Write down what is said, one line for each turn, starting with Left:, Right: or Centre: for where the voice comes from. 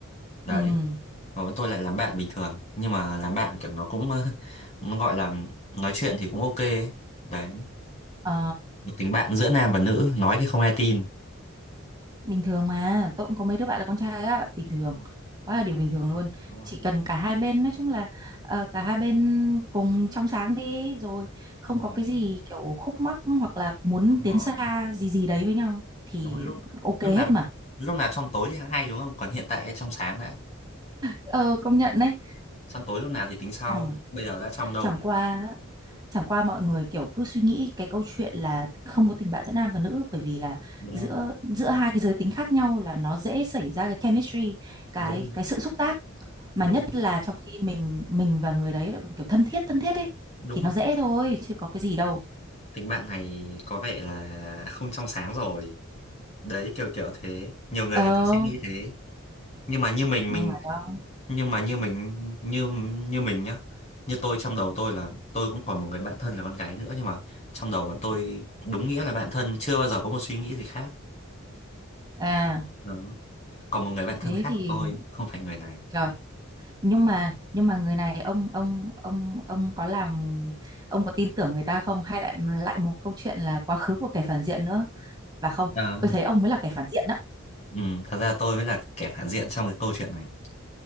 Left: đấy
Right: ừ
Left: và bọn tôi lại làm bạn bình thường nhưng mà làm bạn kiểu nó cũng <laughs> ờ, nó gọi là nói chuyện thì cũng ok ấy. đấy
Right: Ờ,
Left: một tình bạn giữa nam và nữ nói thì không ai tin
Right: bình thường mà tôi cũng có mấy đứa bạn là con trai á bình thường
Left: đúng rồi
Right: quá là điều bình thường luôn
Left: đúng rồi
Right: chỉ cần cả hai bên nói chung là ờ, cả hai bên cùng trong sáng đi rồi không
Left: đúng
Right: có
Left: rồi
Right: cái gì kiểu khúc mắc hoặc là muốn
Left: đúng rồi
Right: tiến xa gì gì đấy với nhau thì
Left: đúng rồi lúc
Right: ok
Left: lúc
Right: hết
Left: nào
Right: mà
Left: lúc nào trong tối thì hay đúng không còn hiện tại trong sáng đã
Right: ờ công nhận
Left: Đấy,
Right: đấy
Left: trong tối lúc nào thì tính sau
Right: chẳng
Left: bây giờ đã trong đầu
Right: chẳng qua chẳng qua mọi người kiểu cứ suy nghĩ cái câu chuyện là không có tình bạn giữa nam và nữ bởi vì là
Left: đúng
Right: giữa
Left: rồi
Right: giữa hai cái giới tính khác nhau là nó dễ xảy ra cái chemistry cái
Left: đúng rồi,
Right: cái sự xúc tác mà
Left: đúng
Right: nhất
Left: rồi,
Right: là trong khi mình mình và người đấy là kiểu thân thiết thân thiết ấy
Left: đúng
Right: thì
Left: rồi
Right: nó dễ thôi chứ có cái gì đâu
Left: tình bạn này có vẻ là không trong sáng rồi đấy kiểu kiểu thế nhiều người
Right: ờ
Left: người ta Ừ. sẽ nghĩ thế nhưng mà như mình
Right: nhưng
Left: mình
Right: mà đó
Left: nhưng mà như mình như như mình nhá như tôi trong đầu tôi là tôi cũng còn một người bạn thân là con gái nữa nhưng mà trong đầu bọn tôi đúng nghĩa là bạn thân chưa bao giờ có một suy nghĩ gì khác
Right: à
Left: đó còn một người bạn
Right: thế
Left: thân khác
Right: thì
Left: của tôi không phải người này
Right: trời nhưng mà nhưng mà người này ông ông ông ông có làm ông có tin tưởng người ta không hay lại lại một câu chuyện là quá khứ của kẻ phản diện nữa và không
Left: Ờ,
Right: tôi thấy ông mới là kẻ phản diện đó
Left: ừ, thật ra tôi mới là kẻ phản diện trong cái câu chuyện này